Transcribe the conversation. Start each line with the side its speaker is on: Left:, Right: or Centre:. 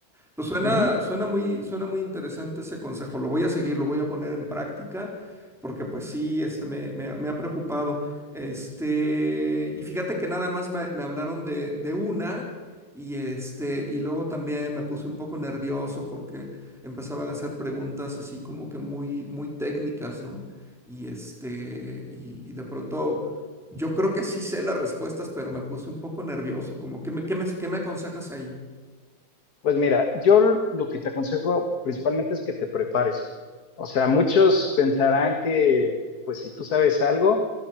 Centre: Pues suena,
Left: Ujú.
Centre: suena muy, suena muy interesante ese consejo. Lo voy a seguir, lo voy a poner en práctica, porque pues sí, este, me, me, ha me ha preocupado. Este, y fíjate que nada más me, me hablaron de, de una, y este, y luego también me puse un poco nervioso porque empezaban a hacer preguntas así como que muy, muy técnicas, ¿no? Y este, y, y de pronto. Yo creo que sí sé las respuestas, pero me puse un poco nervioso, como, ¿qué me, qué me, qué me aconsejas ahí?
Left: Pues mira, yo lo que te aconsejo principalmente es que te prepares. O sea, muchos pensarán que, pues si tú sabes algo,